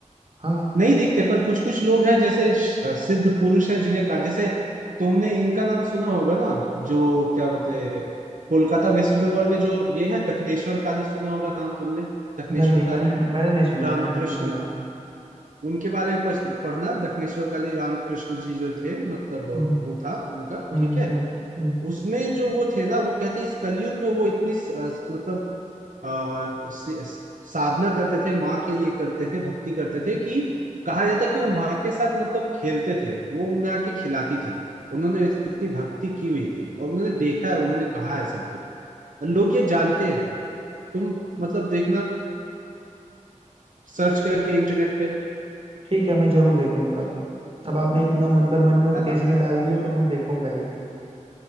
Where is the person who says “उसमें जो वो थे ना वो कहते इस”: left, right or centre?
Right